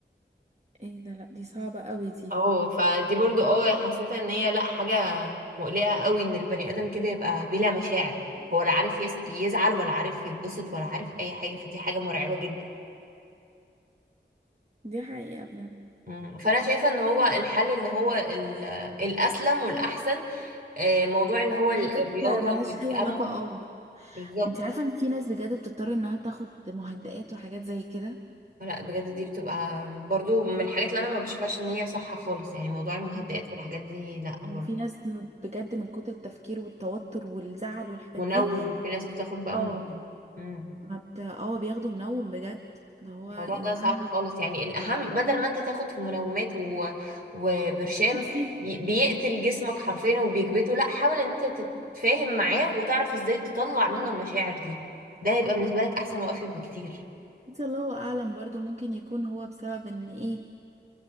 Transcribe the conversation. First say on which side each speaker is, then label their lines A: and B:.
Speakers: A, on the right; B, on the right.
A: ايه ده لا دي صعبة قوي دي
B: اه فدي برضو اه حسيت ان هي لا حاجة مقلقة قوي ان البني آدم كده يبقى بلا مشاعر هو لا عارف يس- يزعل ولا عارف يتبسط ولا عارف أي حاجة فدي حاجة مرعبة جدا
A: دي حقيقة بجد
B: مم. فأنا شايفة ان هو الحل اللي هو ال- الأسلم والأحسن آه، موضوع اللي هو ال-
A: حاجات
B: الرياضة
A: ملهاش
B: والتأمل
A: اي علاقة اه
B: بالظبط
A: انت عارفة ان في ناس بجد بتضطر انها تاخد مهدئات وحاجات زي كده
B: لا بجد دي بتبقى برضو من الحاجات اللي انا ما بشوفهاش ان هي صح خالص يعني موضوع المهدئات
A: مم.
B: والحاجات دي لا برضو
A: وفي ناس بجد من كتر التفكير والتوتر والزعل والحاجات
B: منوم
A: دي
B: في ناس بتاخد بقى
A: اه
B: منوم مم.
A: ما بت... اه بياخدوا منوم بجد اللي هو
B: الموضوع
A: يا جماعة
B: ده صعب خالص يعني الاهم بدل ما انت تاخد في منومات و... وبرشام
A: نفسي
B: ي- بيقتل جسمك حرفيا وبيكبته لا حاول ان انت تتفاهم معاه وتعرف ازاي تطلع منه المشاعر دي ده هيبقى بالنسبة لك احسن وقفة بكتير
A: نفسي الله اعلم برضو ممكن يكون هو بسبب ان ايه